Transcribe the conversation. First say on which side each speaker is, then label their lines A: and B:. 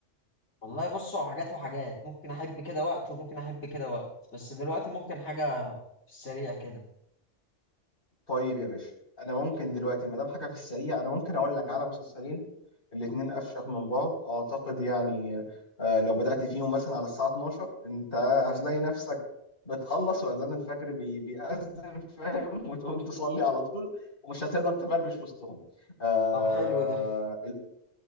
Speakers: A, on the left (about 65°); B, on the left (about 45°).
A: والله بص هو حاجات وحاجات ممكن احب كده وقت وممكن احب كده وقت بس دلوقتي ممكن حاجه في السريع كده
B: طيب يا باشا انا ممكن دلوقتي ما دام حاجة في السريع انا ممكن اقول لك على مسلسلين الاتنين افشخ من بعض اعتقد يعني آه، لو بدأت فيهم مثلا على الساعة 12 انت هتلاقي نفسك بتخلص واذان الفجر بي- بيأذن <laughs> فاهم وتقوم تصلي على طول ومش هتقدر تبربش وسطهم آه،
A: طب حلو ده